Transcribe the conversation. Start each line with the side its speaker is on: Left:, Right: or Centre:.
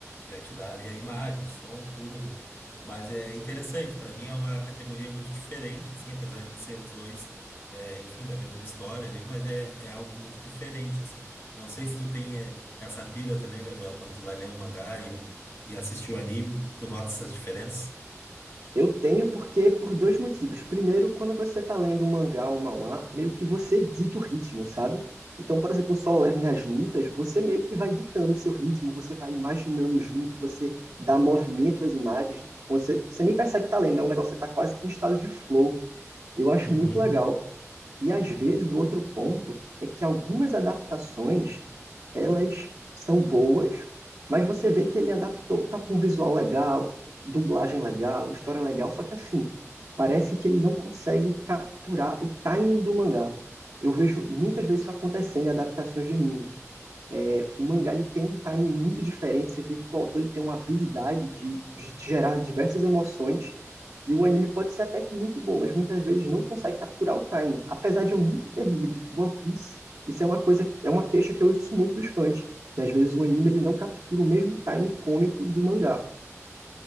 Left: já te dá ali a imagem, o som, tudo, né? Mas é interessante, para mim é uma categoria muito diferente, assim, apesar de ser os dois, é, enfim, da mesma história ali, mas é, é algo muito diferente, assim. Eu não sei se tu tem é, essa pira também, Gabriel, quando tu vai ler um mangá e, e assistir o anime, tu nota essas diferenças?
Right: Eu tenho porque por dois motivos. Primeiro, quando você está lendo um mangá ou um manhwa, meio que você dita o ritmo, sabe? Então, por exemplo, o Solo Leveling nas lutas, você meio que vai ditando o seu ritmo, você vai imaginando junto, você dá movimento às imagens, você, você nem percebe que tá lendo, é um negócio que você tá quase que em estado de flow. Eu acho
Left: Uhum.
Right: muito legal. E às vezes o outro ponto é que algumas adaptações, elas são boas, mas você vê que ele adaptou, tá com um visual legal, dublagem legal, história legal, só que assim, parece que ele não consegue capturar o timing do mangá. Eu vejo muitas vezes isso acontecendo em adaptações de anime. O mangá ele tem um time muito diferente, você vê que o autor ele tem uma habilidade de, de gerar diversas emoções, e o anime pode ser até que muito bom, mas muitas vezes não consegue capturar o time. Apesar de eu nunca ter lido One Piece, isso é uma coisa, é uma queixa que eu ouço muito dos fãs, que às vezes o anime ele não captura o mesmo time cômico do mangá.